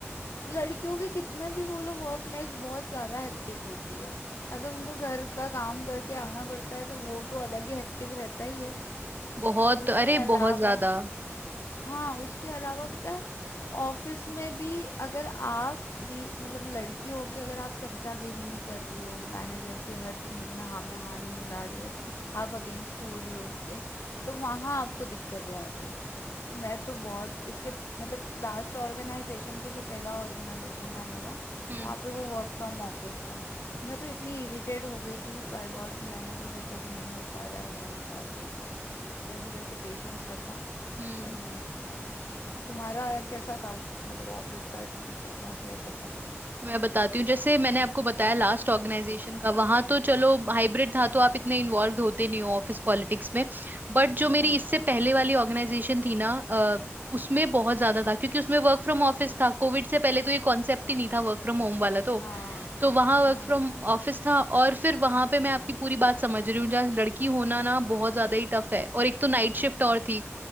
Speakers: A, on the left; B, on the right.
A: लड़कियों की कितना भी बोलो वर्क लाइफ बहुत ज़्यादा हेक्टिक होती है अगर उनको घर का काम करके आना पड़ता है तो वो तो अलग ही हेक्टिक रहता ही है
B: बहुत
A: उसके
B: अरे
A: अलावा
B: बहुत ज्यादा
A: हाँ, उसके अलावा पता है ऑफिस में भी अगर आप भी मतलब लड़की हो के अगर आप चमचागिरी नहीं कर रही हो मैनेजर के हर चीज में हाँ में हाँ नहीं मिला रही हो आप अगेंस्ट हो रही हो उसके तो वहाँ आपको दिक्कतें आती है तो मैं तो बहुत इसके मतलब लास्ट ऑर्गेनाइजेशन के जो पहला ऑर्गेनाइजेशन था मेरा
B: हम्म
A: वहाँ पे वो वर्क फ्रॉम ऑफिस था मैं तो इतनी इरिटेट हो गई थी बाय गॉड मैंने तो सोचा कि नहीं हो पा रहा है भाई साहब ये तो जैसे जैसे पेशेंस रखा
B: हम्म
A: और मैंने किया तुम्हारा कैसा था मतलब ऑफिस का एटमॉस्फेयर कैसा था
B: मैं बताती हूँ जैसे मैंने आपको बताया लास्ट ऑर्गेनाइजेशन का वहां तो चलो हाइब्रिड था तो आप इतने इन्वॉल्व होते नहीं हो ऑफिस पॉलिटिक्स में बट जो मेरी
A: हाँ
B: इससे पहले वाली ऑर्गेनाइजेशन थी ना अ, उसमें बहुत ज्यादा था क्योंकि उसमें वर्क फ्रॉम ऑफिस था कोविड से पहले तो ये कॉन्सेप्ट ही नहीं था वर्क फ्रॉम होम वाला तो
A: हाँ
B: तो वहां वर्क
A: हाँ
B: फ्रॉम ऑफिस था और फिर वहां पे मैं आपकी पूरी बात समझ रही हूँ जहाँ लड़की होना ना बहुत ज्यादा ही टफ है और एक तो नाइट शिफ्ट और थी